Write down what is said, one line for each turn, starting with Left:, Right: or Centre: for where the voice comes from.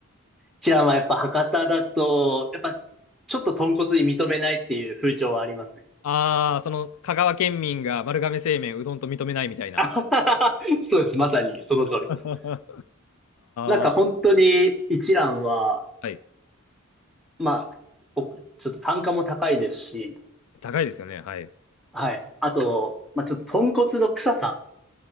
Centre: ちらはやっぱ博多だと、やっぱちょっと豚骨に認めないっていう風潮はありますね。
Left: ああ、その香川県民が丸亀製麺うどんと認めないみたいな。
Centre: <laughs> あはははそうです。まさにその通りです。
Left: <laughs> あ
Centre: なんか本当に一蘭は、
Left: あ、はい。
Centre: まあ、おちょっと単価も高いですし、
Left: 高いですよね。はい。
Centre: はい。あと、まあちょっと豚骨の臭さ